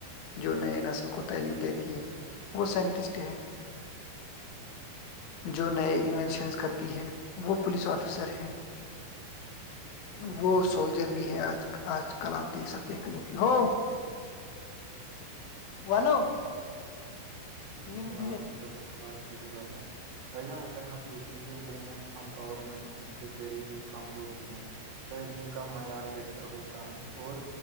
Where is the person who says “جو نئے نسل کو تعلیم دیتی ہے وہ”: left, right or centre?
Left